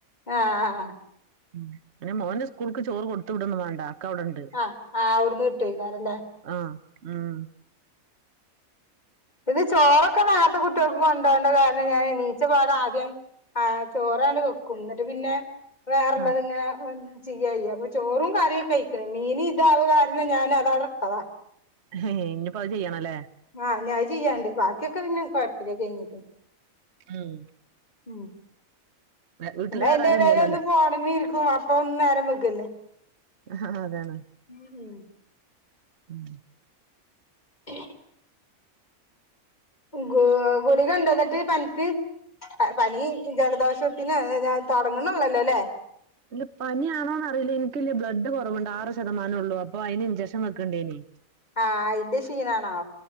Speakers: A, on the left (about 30°); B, on the right (about 55°).
A: ആഹ്
B: ഉം അനെ മോന്റെ സ്കൂൾക്ക് ചോറ് കൊടുതുവിടുന്നു വേണ്ട ആക്കെ ഇവിടെണ്ട്
A: ആഹ് ആ അവിടുന്ന് കിട്ടോയ്‌ക്കാരല്ലേ
B: ആഹ് ഉം
A: ഇത് ചോറൊക്കെ നോരത്തെ കുട്ട്യേക്ക് കോണ്ടാവേണ്ട കാരണം ഞാൻ നീച്ച പാട് ആദ്യം ആഹ് ചോറാണ്ട്. വെക്കും എന്നിട്ട് പിന്നെ വേറെള്ളത്
B: ആഹ്
A: ഇങ്ങനെ ചെയ്യയ്യ അപ്പൊ ചോറും കറിക്കെയ്ക്കുന് മീന് ഇതാവാരണം ഞാൻ അതവിടട്ടതാ
B: ഹ് ഇനിയിപ്പോ അത് ചെയ്യണല്ലേ
A: ആഹ് ഞ ചെയ്യാണ്ട് ബാക്കിയൊക്കെ പിന്നെ കുയപ്പില്ല കഴിഞ്ഞിക്ക്‌
B: ഉം
A: ഉം
B: വീട്ടില്
A: എന്നാ അയ്‌ന്റെടേലൊന്നു
B: വേറെ ആരും ഇല്ലല്ലോല്ലേ
A: പോണം ഇരിക്കും അപ്പം നേരം വേകല്ലേ
B: ആഹ് അതാണ്
A: ഉം ഉം
B: ഉം
A: <inaudible> ഗെ ഗുളിക ണ്ട ന്നിട്ട് പനിക്ക് പനി ജലദോഷത്തിന് ഞാൻ തുടങ്ങണള്ളല്ലോ ല്ലേ
B: ല്ല പനിയാണോന്നറില്ല എൻക്ക്ല് ബ്ലഡ്കുറവുണ്ട് ആറ് ശതമാനള്ളൂ അപ്പൊ അയിന് ഇഞ്ചെക്ഷൻ വെക്കണ്ടേനി
A: ആഹ് അയിന്റെ ക്ഷീണാണോ